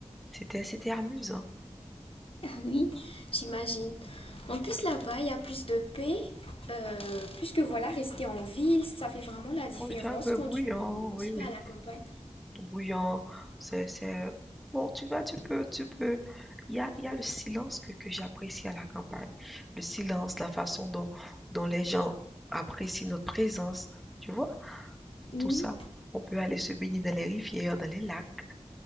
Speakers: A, in the centre; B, on the left.
A: C'était, c'était amusant.
B: Ah oui. J'imagine. En plus, là-bas, il y a plus de paix. euh, puisque voilà, rester en ville, ça fait vraiment la différence
A: Oh, c'est un peu
B: quand
A: bruyant,
B: tu, quand
A: oui,
B: tu
A: oui.
B: vas à la campagne.
A: bouillant. C'est, c'est... Bon, tu vas, tu peux, tu peux. Il y a, il y a le silence que, que j'apprécie à la campagne. Le silence, la façon dont, dont les gens apprécient notre présence. Tu vois,
B: Oui.
A: tout ça. On peut aller se baigner dans les rivières, dans les lacs.